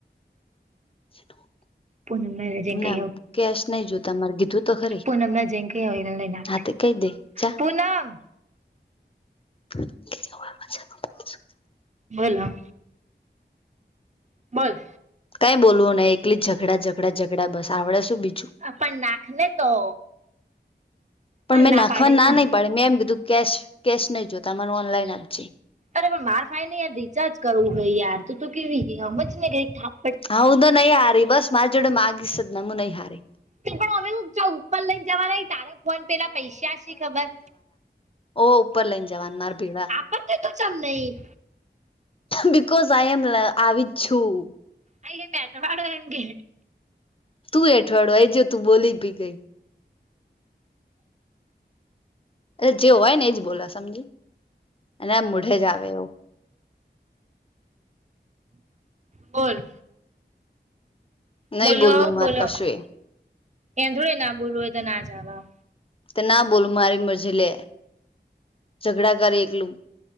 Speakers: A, on the left; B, on the right.
A: <unintelligible>
B: પ નમ જેંકકે
A: ના કેશ નહી જોતા મારે કીધું તો ખરી
B: પનમણા જેંકયાય ના
A: હા કઈ દે જા.
B: પૂનમ
A: <unintelligible>
B: બોલો બોલ.
A: કાઈ બોવ નય એકલી ઝડા ઝઘડા ઝઘડા બસડે શું બીજું.
B: પણ નાખ ને તો.
A: પણ
B: કોણ
A: મેં નાખવા
B: પાડે
A: ના
B: છે
A: નહી પાડે મેં એમ કીધું કે કેશ નહી જોતામારે ઓનલાઈન આપજે.
B: અરે પણ માર ફાઈ ને યાર રિચાર્જ કરવું હોય યાર તો કેવીમજ ને ક
A: હા હું તો નહી હારી બસ મારી જોડે માંગીશ જ નહીં મેં નહિ હારી.
B: પણ હમે હ ઉપર લઈને જવાના તારા ફોન પેલા પૈસા છે ખબર.
A: ઓહ ઉપર લઈને જવાન માર ભીડા.
B: પણ તે તો ચમ નહી.
A: બકોઝ આ એમ આવી જ છું.
B: આ બેટવાડો એમ કે.
A: તું એઠવાડ એ જો તું બોલી ભી ગઈ. એ જે હોય ને એજ બોલા સમજી અને આ મોઢે જ આવે એવું.
B: બોલ
A: નહી
B: બોલો
A: બોલવું મારે
B: બોલો
A: કશું એ
B: એ થોડે ના બોલું હોય તો ના જવા.
A: તે ના બોલ મારી મરજી લે ઝઘડા કરે એકલું.